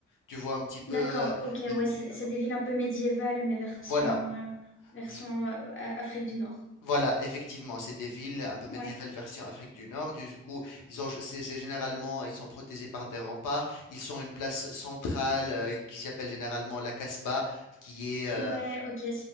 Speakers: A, on the left; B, on the left.
A: Tu vois un petit peu,
B: D'accord,
A: euh,
B: ok,
A: l-
B: ouais, c'est c'est des villes un peu médiévales, mais version,
A: voilà.
B: euh, version
A: V-
B: euh, A- Afrique du Nord.
A: Voilà, effectivement, c'est des villes un peu médiévales
B: Ouais,
A: version Afrique du Nord. Du coup, ils ont, c'est c'est généralement, ils sont protégés par des remparts. Ils sont une place centrale euh, qui s'appelle généralement la Casbah, qui est euh,
B: ouais, ok,